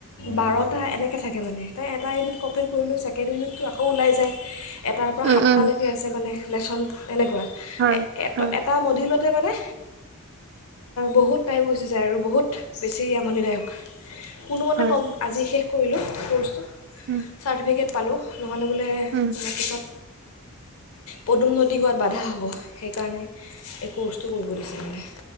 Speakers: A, on the left; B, on the right.
A: বাৰটা এনেকে থাকে মানে, তাৰে এটা ইউনিট কমপ্লিট কৰিলোঁ, ছেকেণ্ড ইউনিটটো আকৌ ওলাই যায়। এটাৰ পৰা
B: উম
A: সাতটালৈকে
B: উম
A: আছে মানে। লেচন এনেকোৱা
B: হয়
A: এ এ
B: হয়
A: এটা মডিলত। টোৱ মানে বহুত টাইম গুচি যায় আৰু বহুত বেছি আমনিদায়ক। কোনো মতে
B: হয়
A: ক'ম, আজি শেষ। কৰিলো কৰ্চতো
B: উম
A: চাৰ্টিফিকেট পালোঁ। নহ'লে বোলে
B: উম
A: মেট্ৰিকত। পদোন্নতি হোৱাত বাধা হ'ব সেইকাৰণে এই ক'ৰ্চটো কৰিব দিছে মেমে